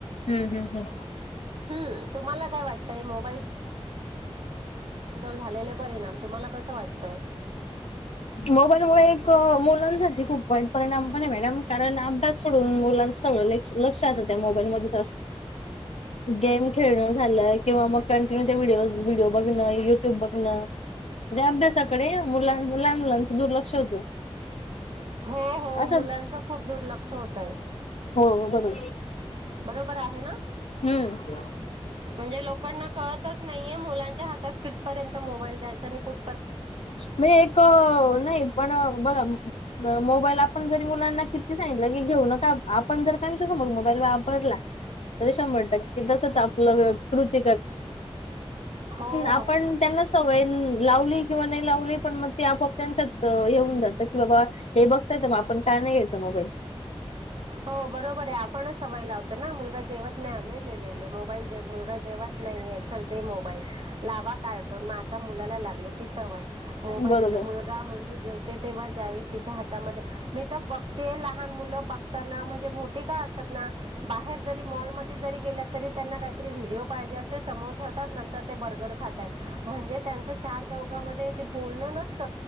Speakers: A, on the left; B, on the right.
A: हम्म हम्म.
B: हम्म तुम्हाला काय वाटतय मो झालेले परिणाम तुम्हाला कसं वाटतंय
A: मोबाईल मु मुलांसाठी खूप वाईट परिणाम पण आहे मॅडम कारण अभ्यास सोडून मुलांच सगळं लक्षात त्या मोबाईल मध्ये गेम खेळण झालंय किंवा मग कंटिन्यू ते व्हिडिओ व्हिडिओ बघणं युट्यूब बघणं त्या अभ्यासाकडे मुलां लहान मुलांचं दुर्लक्ष होतं.
B: हो हो
A: असं
B: मुलांच खूप दुर्लक्ष होतय
A: हो बरोबर
B: बरोबर आहे ना
A: हम्म
B: म्हणजे लोक ड कळतच नाहीये मुलांच्या हातात किटपर्यंत मोबाईल द्यायचा आणि कुठ
A: म एक नाही पण बघा मोबाईल आपण जरी मुलांना किती सांगितलं की घेऊ नका आपण जर त्यांच्या समोर मोबाईल वापरला तरी शंभर टक्के तसच आपलं कृत्य मग
B: हो हो.
A: आप त्यांना सवय लावली किंवा नाही लावली पण मग ते आपोआप त्यांच्यात हे होऊन जातं की बाबा हे बघताय तर मग आपण काय नाही घ्यायचं मोबाईल.
B: हो बरोबर आहे आपणच सवय लावतो ना <unintelligible> जेवत नाही आलेले मोबाईल मुलगा चल मोबाईल ला कार्टून मग आता मुलाला लागले ती सवय मोबाईल
A: बरोबर
B: जे मुलगा मुलगी जेव तेव्हास तिच्या हातामध्ये मी तर बघते लहान मुलं बघताना म्हणजे मोठी का असत ना बाहेर जरी मॉल म जरी गे तरी त्यांना काहीतरी पाहिजे अस समोर ठेवतात नंतर ते बर्गर खातात म्हणजे त्यांच चार चौकामध्ये ते बोलण नसत